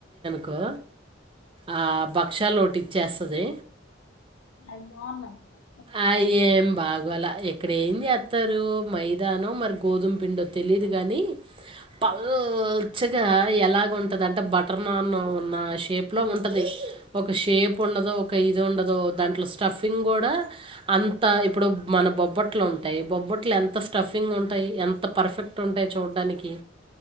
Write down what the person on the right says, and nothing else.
కో ఆ భక్షాలు ఒటి ఇచ్చేసది
అయ్ ఏం బాగోలా ఇక్కడ ఏం ఏతారు మైదానో మరి గోధుమ్ పిండో తెలీదు
గాని పాల్ చ్చే గా ఎలాగుంటదనే బటర్ నాన్ ఉన్న షేప్ లో ఉంటది. ఒక షేప్ ఉండదు ఒక ఇది ఉండదు. దాంట్లో స్టఫింగ్ గూడా అంత ఇప్పుడు మన బొబ్బట్లు ఉంటాయ్, బొబ్బట్లు ఎంత స్టఫింగ్ ఉంటాయి. ఎంత పర్ఫెక్ట్ టుట్ ఉంటాయి చూడ్డానికి